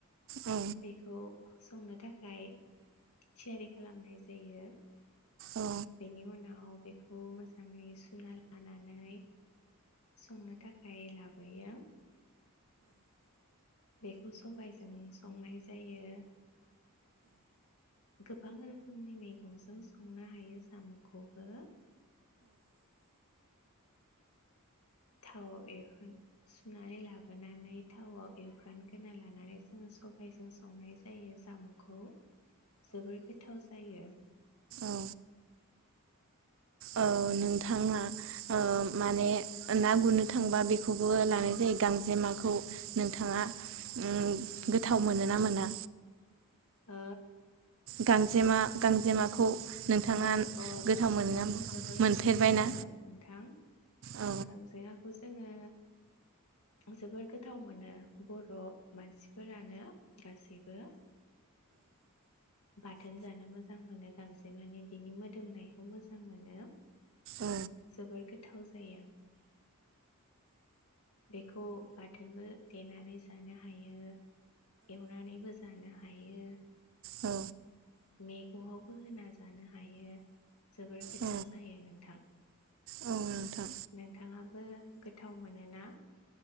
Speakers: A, on the right; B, on the left.
A: औ
B: बेखौ संनो थाखाय थियारि खालामनाय जायो।
A: औ
B: बेनि उनाव बेखौ मोजाङै सुना लानानै संनो थाखाय लाबोयो। बेखौ सबायजों संनाय जायो। गोबां रोखोमनि मैगंजों संनो हायो साम'खौबो। थावआव एवफ्र सुनानै लाबोनानै थावआव एवफ्राम ग्रोना लानानै जोङो सबायजों संनाय जायो साम'खौ। जोबोर गोथाव जायो। <unintelligible>
A: औ औ नोंथाङा ओ माने ना गुरनो थांबा बेखौबो लानाय जायो गांजेमाखौ नोंथाङा उम गोथाव मोनो ना मोना?
B: ओ?
A: गांजेमा गांजेमाखौ। नोंथाङा
B: औ औ
A: गोथाव
B: गांजेमाखौ
A: मोनोना
B: जोबोर
A: मोनफेरबायना
B: गोथाव मोनो नोंथां
A: औ
B: गांजेमाखौ जोङो जोबोर गोथाव मोनो बर' मानसिफोरानो गासैबो। बाथोन जानो मोजां मोनो गांजेमानि। बिनि मोदोमनायखौ मोजां मोनो
A: औ
B: जोबोर गोथाव जायो बेखौ बाथोनबो देनानै जानो हायो एवनानैबो जानो हायो।
A: औ
B: मैगङावबो होना जानो हायो। जोबोर गोथाव
A: औ
B: जायो नोंथां।
A: औ नोंथां
B: नोंथाङाबो गोथाव मोनोना?